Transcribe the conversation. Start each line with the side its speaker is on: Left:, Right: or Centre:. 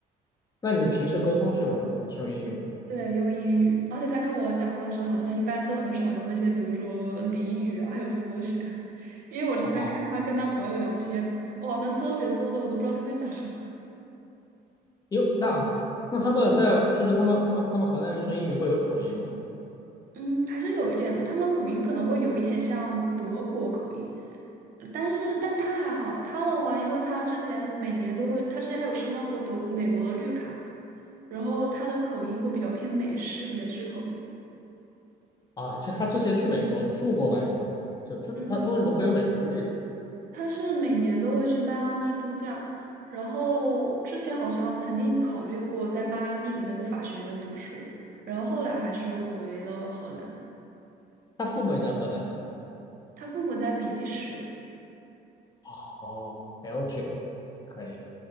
Left: 那你们平时沟通是用什么？是用英语吗？
Right: 对，用英语，而且他跟我讲话的时候，好像一般都很少用那些，比如说俚语啊，还有缩写，<laughs> 因为我之前看他跟他朋友聊天，
Left: 哦，
Right: 哇，那缩写缩的我都不知道他们在讲什么。
Left: 有那那他们在就是他们他们他们河南人说英语会有口音吗？
Right: 嗯，还是有一点的，他们口音可能会有一点像德国口音，但是但他还好，他的话，因为他之前每年都会，他之前还有申到过德美国的绿卡，然后他的口音会比较偏美式美式口音。
Left: 啊，就他之前去美国住过吧，是吗？就他他他为什么会有美国的绿卡？
Right: 嗯，他是每年都会去迈阿密度假，然后之前好像曾经考虑过在迈阿密的那个法学院读书，然后后来还是回了荷兰。
Left: 他父母也在河南吗？
Right: 他父母在比利时，
Left: 哦，Belgium 可以。